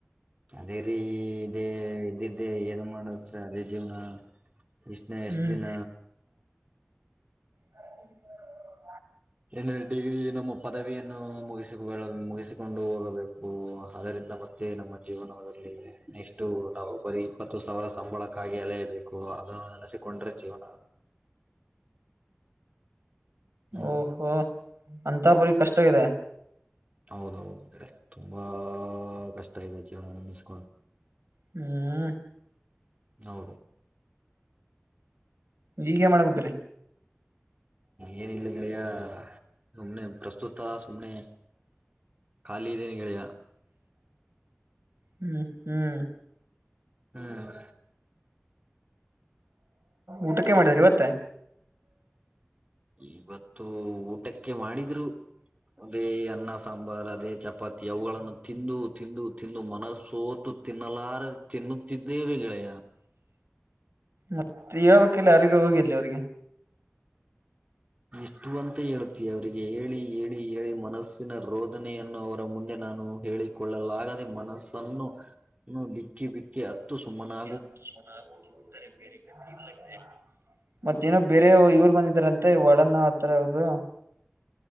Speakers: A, on the right; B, on the right.
A: ಅದೇ ರೀ ಇದೇ ಇದ್ದಿದ್ದೆ ಏನು ಮಾಡತ್ರ ಅದೇ ಜೀವನ. ಕೃಷ್ಣ ಎಷ್ಟ
B: ಹ್ಮ್
A: ದಿನ
B: <inaudible>
A: <inaudible> ಏನ್ನು ಡಿಗ್ರಿ ನಮ್ಮ ಪದವಿಯನ್ನು ಮುಗಿಸ ಮುಗಿಸಿಕೊಂಡು ಹೋಗಬೇಕು ಹದರಿಂದ ಮತ್ತೆ ನಮ್ಮ ಜೀವನದಲ್ಲಿ ನೆಕ್ಸ್ಟು ನಾವು ಬರೀ ಇಪ್ಪತ್ತು ಸಾವಿರ ಸಂಬಳಕ್ಕಾಗಿ ಅಲೆಯಬೇಕು ಅದನ್ನ ನೆನಸಿಕೊಂಡ್ರೆ ಜೀವನ ಹ್ಮ್
B: ಓಹೋ ಅಂತ ಪರೀ ಕಷ್ಟ ಇದೆ.
A: ಹೌದೌದು ಈ ಕಡೆ ತುಂಬಾ ಕಷ್ಟ ಇದೆ ಜೀವನ ನೆನಸ್
B: ಹ್ಮ್
A: ಹೌದು
B: ಈಗೇನ್ ಮಾಡಾಕುಂತಿರೀ
A: ಏನಿಲ್ಲ ಗೆಳೆಯ ಸುಮ್ನೆ ಪ್ರಸ್ತುತ ಸುಮ್ನೆ ಖಾಲಿ ಇದ್ದೀನಿ ಗೆಳಿಯ
B: ಹ್ಮ್ ಹ್ಮ್
A: ಹ್ಮ್
B: ಊಟಕ್ಕೇನ್ ಮಾಡಿರಿ ಇವತ್ತ
A: ಇವತ್ತು ಊ ಟಕ್ಕೆ ಮಾಡಿದ್ರು ಅದೇ ಅನ್ನ ಸಾಂಬಾರ್ ಅದೇ ಚಪಾತಿ ಅವುಗಳನ್ನು ತಿಂದು ತಿಂದು ತಿಂದು ಮನಸ್ಸೋತು ತಿನ್ನಲಾರ ತಿನ್ನುತ್ತಿದ್ದೇವೆ ಗೆಳೆಯ
B: ಮತ್ತೆ ಹೇಳ್ಬೇಕಿಲ್ಲ ಯಾರಿಗೆ ಹೋಗಿಲ್ಲಿವ್ರಿಗೆ
A: ಇಷ್ಟು ಅಂತ ಹೇಳುತ್ತೀ ಅವರಿಗೆ ಹೇಳಿ ಹೇಳಿ ಹೇಳಿ ಮನಸ್ಸಿನ ರೋದನೆಯನ್ನು ಅವ ಮುಂದೆ ನಾನು ಹೇಳಿಕೊಳ್ಳಲಾಗದೆ ಮನಸ್ಸನ್ನು ಬಿಕ್ಕಿ ಬಿಕ್ಕಿ ಅತ್ತು ಸುಮ್ಮನಾ
B: <unintelligible> ಮತ್ತೇನೋ ಬೇರೆ ಇವ್ರ್ ಬಂದಿದ್ರಂತೆ ವಾರ್ಡನ್ನ ಆತಾರ ಅವರು